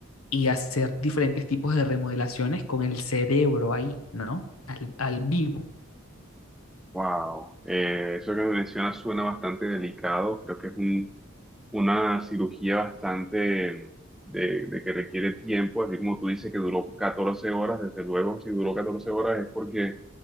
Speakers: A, on the left; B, in the centre.
A: y hacer diferentes tipos de remodelaciones con el cerebro ahí, ¿no? Al, al vivo.
B: Wow, eh, eso que me mencionas suena bastante delicado, creo que es un una cirugía bastante de, de que requiere tiempo, así como tú dices que duró 14 horas, desde luego si duró 14 horas es porque